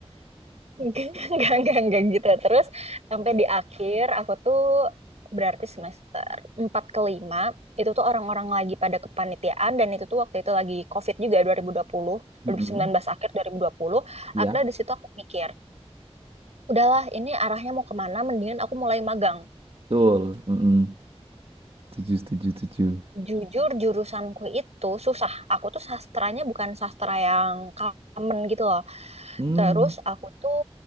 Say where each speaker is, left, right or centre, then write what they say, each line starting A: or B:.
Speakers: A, on the right; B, on the right.
A: Enggak, <laughs> enggak, enggak enggak gitu. Terus sampai di akhir aku tuh berarti semester 4 ke 5 itu tuh orang-orang lagi pada kepanitiaan dan itu tuh waktu itu lagi COVID juga dua ribu dua puluh, dua ribu
B: Mm-mm.
A: ribu puluh sembilan belas akhir dua dua ribu dua puluh
B: Iya,
A: Akhirnya di situ aku mikir, udahlah ini arahnya mau kemana, mendingan aku mulai magang.
B: betul. Mm-mm. Setuju, setuju, setuju.
A: Jujur jurusanku itu susah. Aku tuh sastranya bukan sastra yang common gitu loh.
B: Hmm,
A: Terus aku tuh